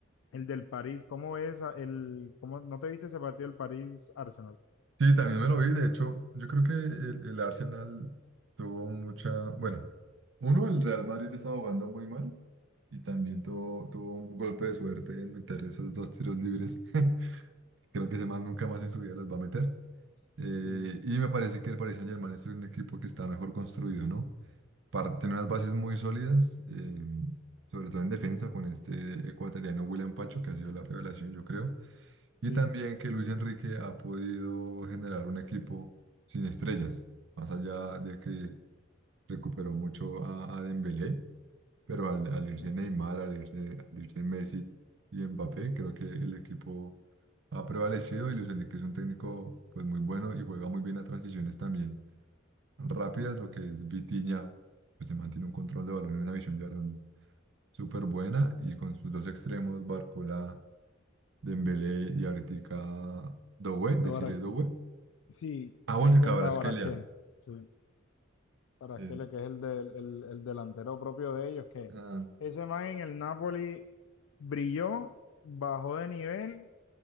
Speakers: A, on the left; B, on the right.
A: el del París, ¿cómo es? a- El, ¿cómo, ¿No te viste ese partido del París-Arsenal?
B: Sí, también me lo vi. De hecho, yo creo que el, el Arsenal tuvo mucha. Bueno, uno, el Real Madrid estaba jugando muy mal y también tuvo, tuvo un golpe de suerte en meter esos dos tiros libres. <laughs> Creo que ese man nunca más en su vida los va a meter.
A: Sí,
B: Eh, y me parece que el Paris Saint-Germain es un equipo que está mejor construido, ¿no? Par- tiene unas bases muy sólidas, eh, sobre todo en defensa, con este ecuatoriano William Pacho, que ha sido la revelación, yo creo. Y
A: Sí.
B: también que Luis Enrique ha podido generar un equipo sin estrellas, más allá de que recuperó mucho a, a Dembélé, pero al, al irse
A: sí.
B: Neymar, al irse, al irse Messi y Mbappé, creo que el equipo ha prevalecido y Luis Enrique es un técnico pues muy bueno y juega muy bien a transiciones también rápidas, lo que es Vitinha, pues se mantiene un control de balón y una visión de balón súper buena y con sus dos extremos, Barcola, Dembélé y ahorita Doué, deciré
A: Cabara-
B: Doué.
A: sí,
B: Ah, bueno,
A: y con
B: y Kvaratskhelia,
A: Cabarasqué. Sí, Cabarasquele,
B: que es-
A: que es el, del, el, el delantero propio de ellos, que
B: ah,
A: ese man en el Napoli brilló, bajó de nivel